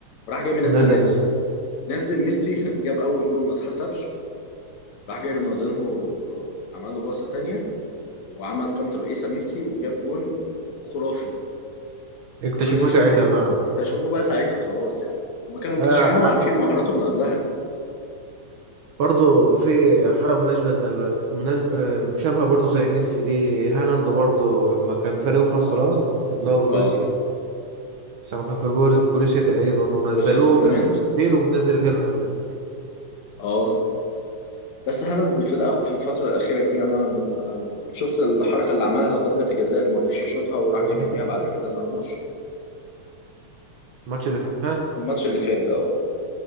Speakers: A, on the left; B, on the right.
A: وراح جاي منزل
B: نزل
A: ميسي
B: ميسي
A: نزل ميسي <laughs> جاب أول جول ما اتحسبش راح جاي رونالدينهو عمل له باصة تانية وعمل كام ترقيصة ميسي وجاب جون خرافي
B: اكتشفوه
A: كل ده في
B: ساعتها
A: دقيقتين
B: بقى
A: اكتشفوه بقى ساعتها خلاص يعني هما كانوا مكتشفينه
B: آه
A: وعارفين مهاراته من قبلها
B: برضه في حالة مناسبة زي بقى مناز... آه مشابهة برضه زي ميسي دي هالاند برضه لما كان فريقه خسران اللي هو بروسيا
A: اه
B: بس لما كان في بور- بروسيا تقريبا ونزلوه
A: بروسيا دورتموند
B: كان تبديل ونزل جاب هاتريك
A: اه بس هالاند في الأخ... في الفتره الاخيره دي انا انا شفت الحركه اللي عملها في ضربه الجزاء اللي ما رضيش يشوطها وراح
B: الماتش
A: جاي مديها
B: اللي
A: بعد
B: فات
A: كده المرموش
B: الماتش اللي فات
A: الماتش اللي فات ده اه